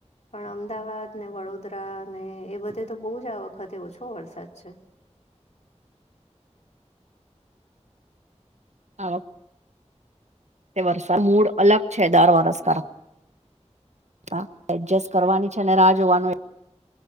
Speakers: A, on the left; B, on the right.
A: પણ અમદાવાદને, વડોદરાને એ બધે તો બહુ જ આ વખતે ઓછો વરસાદ છે.
B: <unintelligible> વરસાદ મૂળ અલગ છે દર વરસ કર તા એડજસ્ટ કરવાની છે. અને રાહ જોવાનું.